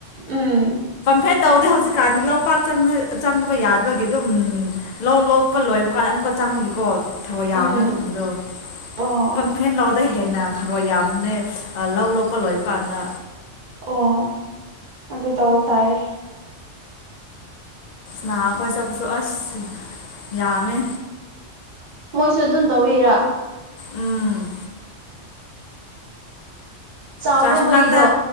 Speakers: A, on the right (about 45°); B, on the left (about 75°).
A: ꯎꯝ
B: ꯐꯦꯟ ꯇꯧꯗꯦ ꯍꯧꯖꯤꯛꯀꯥꯟꯗꯤ ꯂꯧ ꯄꯥꯛꯪ ꯆꯪꯗꯕ ꯌꯥꯗꯕꯒꯤ ꯑꯗꯨꯝ ꯂꯧ ꯂꯣꯛꯄ ꯂꯣꯏꯕ ꯀꯥꯟꯗ ꯑꯃ ꯆꯪꯕꯒꯤꯀꯣ ꯊꯔꯣ ꯌꯥꯕꯅꯦ
A: ꯎꯝ
B: ꯑꯗꯨꯒꯨꯝꯕꯗꯣ
A: ꯑꯣ
B: ꯄꯪꯐꯦꯟ ꯂꯥꯛꯗꯩ ꯍꯦꯟꯅ ꯊꯔꯣꯏ ꯌꯥꯝꯅꯅꯦ ꯂꯧ ꯂꯣꯛꯄ ꯂꯣꯏꯕ ꯀꯥꯟꯗ
A: ꯑꯣ ꯑꯗꯨ ꯇꯧꯕ ꯇꯥꯔꯦ
B: ꯅꯥ ꯑꯩꯈꯣꯏ ꯆꯄꯁꯨ ꯑꯁ ꯌꯥꯝꯃꯦ
A: ꯃꯣꯏꯁꯨ ꯑꯗꯨꯝ ꯇꯧꯕꯤꯔꯥ
B: ꯎꯝ
A: ꯆꯥꯎꯕꯔꯣ
B: ꯆꯥꯔꯖ
A: ꯃꯣꯏꯒꯤꯗꯣ
B: ꯃꯅꯥꯛꯇ